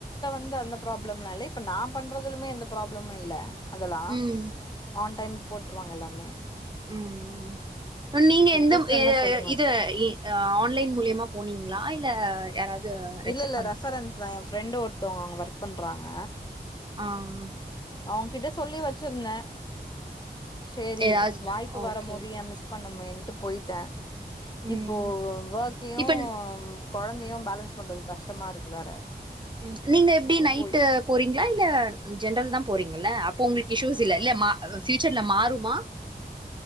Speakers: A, on the left; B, on the right.
A: ந்து அந்த ப்ராப்ளம்லா இல்ல இப்ப நான் பண்றதலுமே எந்த ப்ராப்ளமும் இல்ல அதெல்லாம்
B: ம்
A: ஆன் டைம் போட்டுருவாங்கல்ல மெ
B: உம் ம் நீங்க
A: இன்ட்ரெஸ்ட்
B: எந்த
A: இருந்தா
B: எ
A: சொல்லுங்க
B: எ இது இ ஆன்லைன் மூலயமா போனீங்களா இல்ல யாராவது ரெஃபர்
A: இல்ல இல்ல
B: பண்ணாங்களா
A: ரெஃபரன்ஸ் தா என் ஃப்ரெண்டு ஒருத்தவங்க அவங்க வொர்க் பண்ணுறாங்க
B: ஆஹ்
A: அவங்கிட்ட சொல்லி வச்சிருந்தேன் சேரி
B: ஏதாவது
A: வாய்ப்பு
B: ஓகே
A: வரும் போது ஏ மிஸ் <unintelligible> வுட்டு போயிட்டேன்
B: ம்
A: இப்போ வெர்க்கயும்
B: இப்ப
A: கொழந்தயு பேலன்ஸ் பண்றது கஷ்டமா இருக்கு வேற
B: ம், நீங்க எப்டி நைட்டு
A: போயிட்டே
B: போறீங்களா இல்ல ஜென்ரல் தா போறீங்கள்ள உங்களுக்கு இஸ்யூஸ் இல்லல பியூச்சர்ல மாறுமா